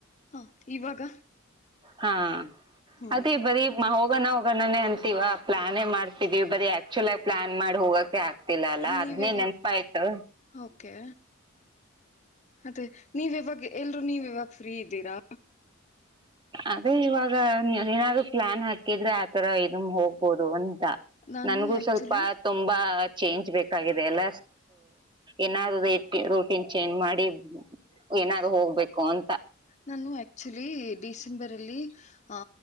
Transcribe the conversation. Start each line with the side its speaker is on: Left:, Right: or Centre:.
Left: ಹಾ ಇವಾಗ
Right: ಹಾ
Left: ಹ್ಞೂ
Right: ಅದೇ ಬರೀ ಹೋಗಣ ಹೋಗಣಾನ ಅಂತಿವವ ಪ್ಲಾನೇ ಮಾಡ್ತಿದೀವಿ ಬರೀ ಆಕ್ಚುಲ್ ಆಗಿ ಪ್ಲಾನ್ ಮಾಡಿ ಹೋಗೋಕ್ಕೆ ಆಗತಿಲ ಗೊತ್ತಿಲ್ಲ ಅಲ್ಲಾ
Left: ನೀವು
Right: ಹದ್ನೇ
Left: ಯಾವಾಗ
Right: ನೆನಪಾಯಯ್ತು
Left: ಓಕೆ ಅತ್ತೇ ನೀವ ಯಾವಾಗ ಎಲ್ರು ನೀವ್ ಯಾವಾಗ ಫ್ರೀ ಇದ್ದೀರಾ
Right: ಅದೇ ಇವಾಗ ಏನಾದ್ ಪ್ಲಾನ್ ಹಾಕಿದ್ರೆ ಆತರ ಇದಮ ಹೋಗ್ಬೋದು ಒಂದ
Left: ನಾನು
Right: ನನ್ಗೂ
Left: ಆ್ಯಕ್ಚುಲಿ
Right: ಸ್ವಲ್ಪ ತುಂಬಾ ಚೇಂಜ್ ಬೇಕಾಗಿದೆ ಎಲ್ಲ ಏನಾದ್ರೂ ರೂಟೀನ್ ಚೇಂಜ್ ಮಾಡಿ ಏನಾದ್ರು ಹೋಗ್ಬೇಕು ಅಂತ
Left: ನಾನು ಆಕ್ಚುಲಿ ಡಿಸೆಂಬರ್ ಅಲ್ಲಿ ಆ